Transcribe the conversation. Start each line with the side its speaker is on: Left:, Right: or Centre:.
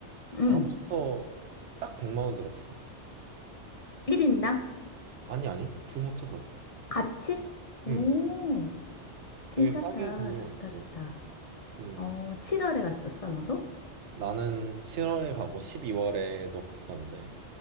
Left: 음,
Right: 다 합쳐서 딱 100만 원 들었어.
Left: 1인당
Right: 아니, 아니, 둘이 합쳐서.
Left: 같이? 오.
Right: 음,
Left: 괜찮다.
Right: 되게 싸게 다녀왔지.
Left: 좋다, 좋다.
Right: 음,
Left: 어, 7월에 갔었어, 너도?
Right: 나는 7월에 가고 12월에도 갔었는데